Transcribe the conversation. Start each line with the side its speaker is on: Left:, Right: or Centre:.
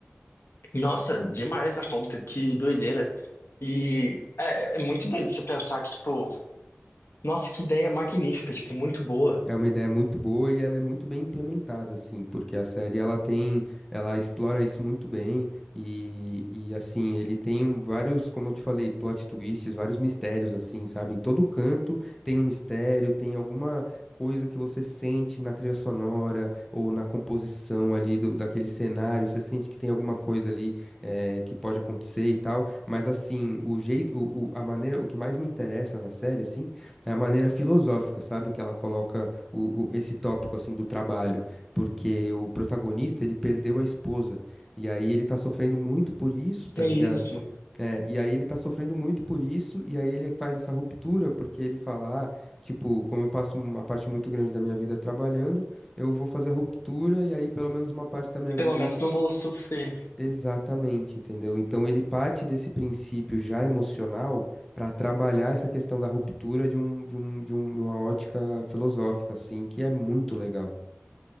Left: Nossa, demais a conta, que doideira. E é, é muito doido você pensar que, tipo, nossa, que ideia magnífica, tipo, muito boa.
Centre: É uma ideia muito boa e ela é muito bem implementada, assim, porque a série ela tem, ela explora isso muito bem e, e assim, ele tem um- vários, como eu te falei, plot twists, vários mistérios, assim, sabe? Em todo canto tem um mistério, tem alguma coisa que você sente na trilha sonora ou na composição ali do, daquele cenário, você sente que tem alguma coisa ali eh, que pode acontecer e tal, mas assim, o jeito, o, o- a maneira, o que mais me interessa na série, assim, é a maneira filosófica, sabe? Que ela coloca o- o- esse tópico assim do trabalho, porque o protagonista ele perdeu a esposa e aí ele tá sofrendo muito por isso, tá
Left: É
Centre: ligado?
Left: isso.
Centre: É, e aí ele tá sofrendo muito por isso, e aí ele faz essa ruptura, porque ele fala, ah, tipo, como eu passo uma parte muito grande da minha vida trabalhando, eu vou fazer a ruptura, e aí pelo menos uma parte da minha
Left: Pelo
Centre: vida
Left: menos
Centre: eu
Left: não vou sofrer.
Centre: Exatamente, entendeu? Então ele parte desse princípio já emocional para trabalhar essa questão da ruptura de um, de um, de um- de uma ótica filosófica, assim, que é muito legal.